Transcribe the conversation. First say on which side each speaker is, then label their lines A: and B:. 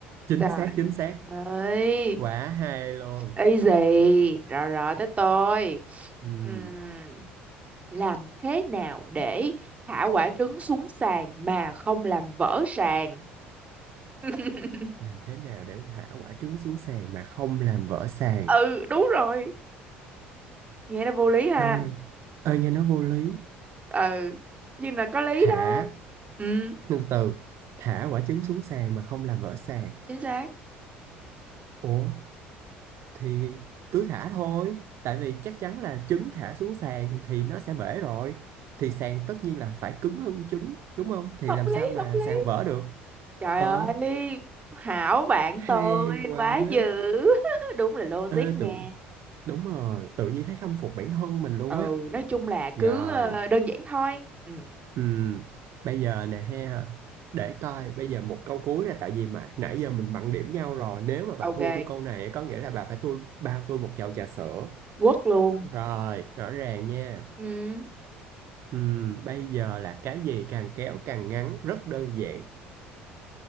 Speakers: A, on the right (about 45°); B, on the right (about 25°).
A: chính
B: Trời
A: xác chính xác
B: ơi
A: quả hay luôn
B: easy rồi rồi tới tôi
A: Ừm,
B: Ừm, làm thế nào để thả quả trứng xuống sàn mà không làm vỡ sàn <laughs>
A: làm thế nào để thả quả trứng xuống sàn mà không làm vỡ sàn
B: ừ đúng rồi nghe nó vô lý ha
A: ê ê nghe nó vô lý
B: ừ nhưng là có lý
A: thả
B: đó ừ
A: từ từ thả quả trứng xuống sàn mà không làm vỡ sàn
B: chính xác
A: ủa thì cứ thả thôi tại vì chắc chắn là trứng thả xuống sàn thì nó sẽ bể rồi thì sàn tất nhiên là phải cứng hơn trứng đúng không thì
B: hợp
A: làm
B: lý
A: sao mà
B: hợp lý
A: sàn vỡ được
B: trời
A: Ờ,
B: ơi hảo bạn
A: hay
B: tôi
A: quá.
B: quá dữ <laughs> đúng là logic
A: À,
B: nha
A: tự đúng rồi, tự nhiên thấy khâm phục bản thân mình luôn
B: ừ
A: á.
B: nói chung là
A: Rồi,
B: cứ ờ, đơn giản thôi ừ
A: ừm, bây giờ nè ha, để coi, bây giờ một câu cuối nè, tại vì mà nãy giờ mình bằng điểm nhau rồi, nếu mà bà
B: ok
A: thua tôi câu này có nghĩa là bà phải tôi bao tôi một chầu trà sữa.
B: quất luôn
A: Rồi, rõ ràng nha.
B: ừ
A: Ừm, bây giờ là cái gì càng kéo càng ngắn, rất đơn giản.